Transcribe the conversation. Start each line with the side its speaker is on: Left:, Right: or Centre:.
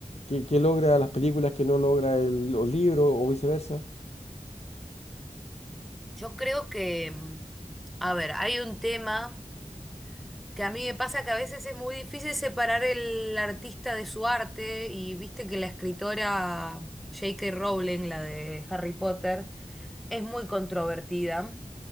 Left: ¿qué, qué logra las películas que no logra el, los libros o viceversa?
Centre: Yo creo que, mm, a ver, hay un tema que a mí me pasa que a veces es muy difícil separar el artista de su arte y viste que la escritora J.K. Rowling, la de Harry Potter, es muy controvertida.